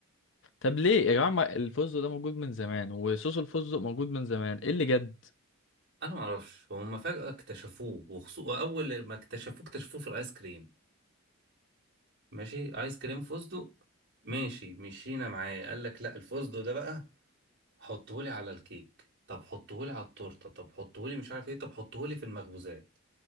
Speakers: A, on the left; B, on the right.
A: طب ليه يا جماعه ما الفستق ده موجود من زمان وصوص الفستق موجود من زمان ايه اللي جد
B: انا معرفش هما فجأة اكتشفوه وخصو... واول ما اكتشفوه اكتشفوه في الايس كريم ماشي ايس كريم فستق ماشي مشينا معاه قال لك لا الفستق ده بقى حطهولي على الكيك طب حطهولي على التورته طب حطهولي مش عارف ايه طب حطهولي في المخبوزات